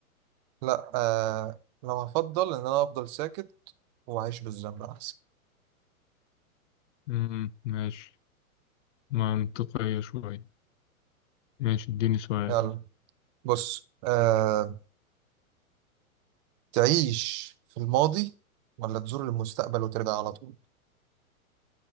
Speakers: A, on the right; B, on the left.
A: لا آه لو هفضل إن أنا أفضل ساكت وأعيش بالذنب أحسن
B: مم، ماشي منطقية شوية ماشي اديني سؤال
A: يلا بص آه تعيش في الماضي ولا تزور المستقبل وترجع على طول